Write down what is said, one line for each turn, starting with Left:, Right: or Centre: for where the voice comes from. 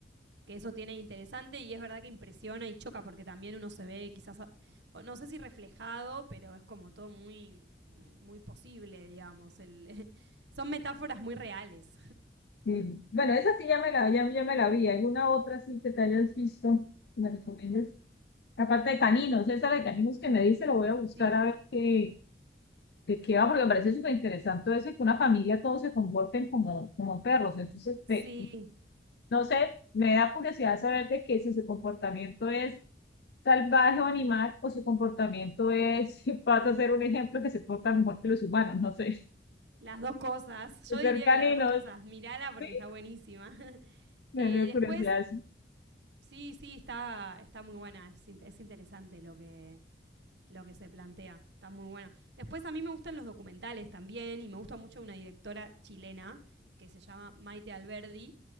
Right: que eso tiene interesante y es verdad que impresiona y choca porque también uno se ve quizás, no sé si reflejado, pero es como todo muy, muy posible, digamos. El, <laughs> son metáforas muy reales.
Left: Y, Bueno, esa sí ya me la, ya, ya me la vi, ¿alguna otra sí que te hayas visto? que ¿Me recomiendas? Aparte de caninos, esa de caninos que me dice, lo voy a buscar
Right: Sí,
Left: a ver qué, ¿De qué va? Porque me parece súper interesante eso y que una familia todos se comporten como, como perros. Entonces,
Right: sí,
Left: de- no sé, me da curiosidad saber de que si su comportamiento es salvaje o animal o su comportamiento es, <laughs> pasa a ser un ejemplo que se porta mejor que los humanos, no sé. <laughs>
Right: las dos cosas.
Left: De
Right: Yo
Left: Ser
Right: diría
Left: caninos,
Right: que las dos cosas. mírala porque
Left: sí,
Right: está buenísima. <laughs>
Left: me
Right: Eh,
Left: da
Right: y después,
Left: curiosidad eso.
Right: sí, sí, está, está muy buena. Es, es interesante lo que, lo que se plantea. Está muy bueno. Después a mí me gustan los documentales también y me gusta mucho una directora chilena que se llama Maite Alberdi,